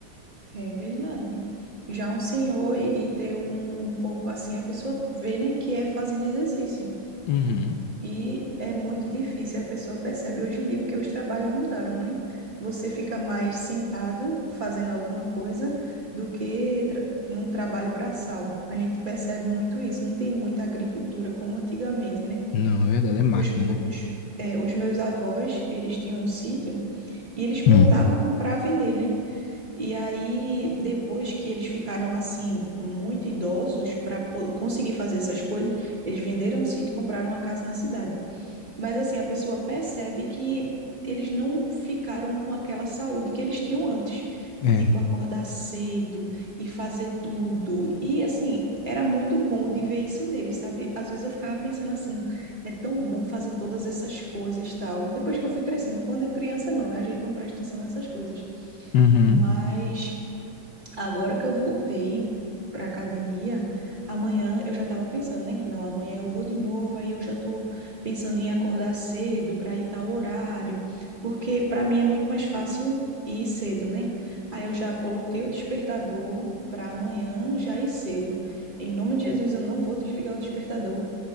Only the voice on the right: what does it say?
É verdade. Já um senhor e, e ter um, um corpo assim, a pessoa vê, né, que é fazendo exercício.
E é muito difícil, a pessoa percebe hoje em dia, porque os trabalhos mudaram, né? Você fica mais sentado fazendo alguma coisa do que tra num trabalho braçal. A gente percebe muito isso, não tem muita agricultura como antigamente, né?
Tipo,
os, os,
é, os meus avós, eles tinham um sítio e eles plantavam
para vender, né? E aí, depois que eles ficaram assim, muito idosos para conseguir fazer essas coisas, eles venderam o sítio e compraram uma casa na cidade. Mas assim, a pessoa percebe que eles não ficaram com aquela saúde que eles tinham antes,
de tipo acordar cedo e fazer tudo. E assim, era muito bom de ver isso neles, sabe? Às vezes eu ficava pensando assim, é tão bom fazer todas essas coisas, tal. Depois que eu fui crescendo, quando é criança não, né? A gente não presta atenção nessas coisas.
Mas Agora que eu voltei para academia, amanhã eu já estava pensando, né? Não, amanhã eu vou de novo, aí eu já estou pensando em acordar cedo para ir tal horário, porque para mim é muito mais fácil ir cedo, né? Aí eu já coloquei o despertador para amanhã já ir cedo. Em nome de Jesus, eu não vou desligar o despertador